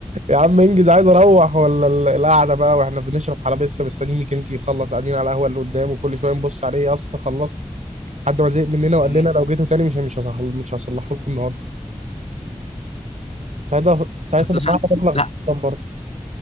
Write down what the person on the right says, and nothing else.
يا عم انجز عايز اروح ولا ال- القعده بقى واحنا بنشرب حلبسه لسه مستنيين ميكانيكي يخلص قاعدين على القهوه اللي قدام وكل شويه نبص عليه يا اسطى خلصت لحد ما زهق مننا وقال
لنا لو جيتوا تاني مش مش هصحل مش هصلحه لكم النهارده ساعتها ساعتها
دفعت
مبلغ
مش قليل برضه